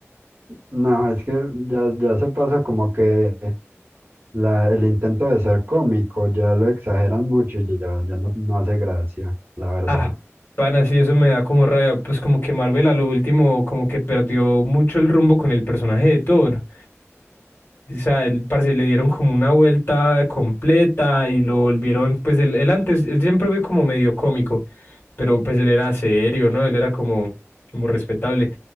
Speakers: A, on the right; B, on the left.
A: no, es que ya, ya se pasa como que La, el intento de ser cómico ya lo exageran mucho y ya, ya no, no hace gracia, la verdad.
B: Ah, pana, sí, eso me da como rabia, pues como que Marvel a lo último como que perdió mucho el rumbo con el personaje de Thor. O sea, el parce le dieron como una vuelta completa y lo volvieron, pues él, él antes, él siempre fue como medio cómico, pero pues él era serio, ¿no? Él era como, como respetable.